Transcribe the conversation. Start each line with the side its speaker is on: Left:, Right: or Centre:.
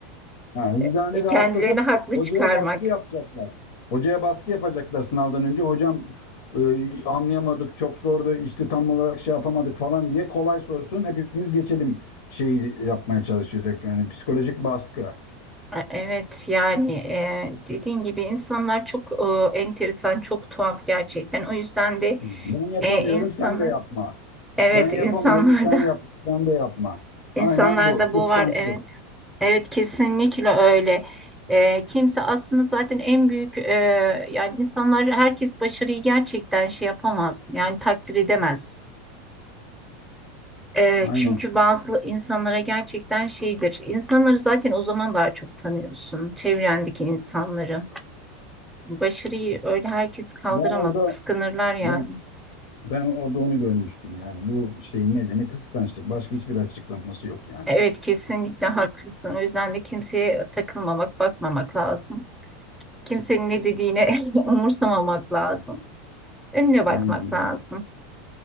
Left: Ha, vicdanı
Centre: <laughs> e,
Left: rahatlatıp
Centre: kendilerini haklı
Left: hocaya
Centre: çıkarmak.
Left: baskı yapacaklar. Hocaya baskı yapacaklar sınavdan önce. Hocam e, anlayamadık, çok zordu, işte tam olarak şey yapamadık falan diye kolay sorsun. Hepimiz geçelim şeyi yapmaya çalışacak. Yani psikolojik baskı.
Centre: E- Evet yani e, dediğin gibi insanlar çok e, enteresan, çok tuhaf gerçekten. O yüzden de
Left: Ben yapamıyorum,
Centre: e, insanı
Left: sen de yapma.
Centre: evet
Left: Ben yapamıyorum,
Centre: insanlarda
Left: sen yap, sen de yapma.
Centre: <laughs> insanlarda
Left: Aynen bu. Kıskançlık.
Centre: bu var evet. Evet kesinlikle öyle. E, kimse aslında zaten en büyük e, yani insanlar herkes başarıyı gerçekten şey yapamaz. Yani takdir edemez. E,
Left: Aynen.
Centre: çünkü bazı insanlara gerçekten şeydir. İnsanları zaten o zaman daha çok tanıyorsun. Çevrendeki insanları. Başarıyı öyle herkes kaldıramaz,
Left: Ben orada
Centre: kıskanırlar yani.
Left: ben ben orada onu görmüştüm yani. Bu şeyin nedeni kıskançlık. Başka hiçbir açıklaması yok yani.
Centre: Evet, kesinlikle haklısın. O yüzden de kimseye takılmamak, bakmamak lazım. Kimsenin ne dediğine <laughs> umursamamak lazım. Önüne bakmak
Left: Aynen.
Centre: lazım.